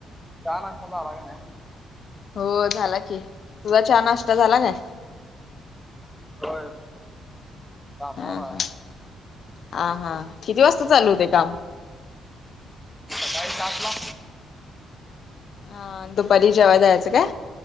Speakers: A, in the centre; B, on the left.
A: चहा नाश्ता झाला का नाही म्हणलं.
B: हो झाला की तुजा नाश्ता झाला काय?
A: होय. कामावर
B: हा
A: हाय.
B: हा हा किती वाजता चालू होते काम-
A: साडेसातला.
B: हा दुपारी जेव्हा जायचं काय?